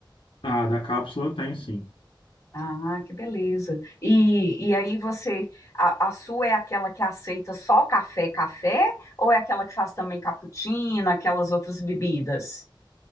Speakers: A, on the left; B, on the left.
A: Ah, da cápsula eu tenho sim.
B: Ah, que beleza. E, e aí você, a, a sua é aquela que aceita só café, café? Ou é aquela que faz também cappuccino, aquelas outras bebidas?